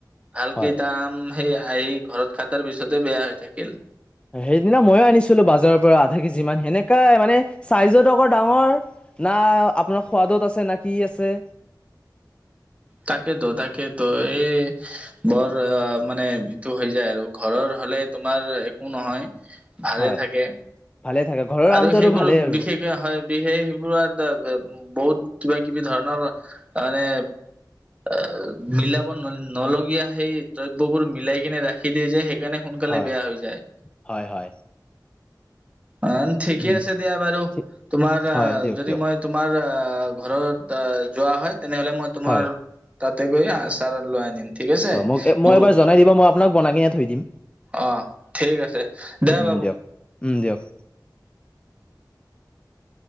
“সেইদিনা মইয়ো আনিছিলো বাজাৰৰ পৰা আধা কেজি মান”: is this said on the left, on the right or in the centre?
Left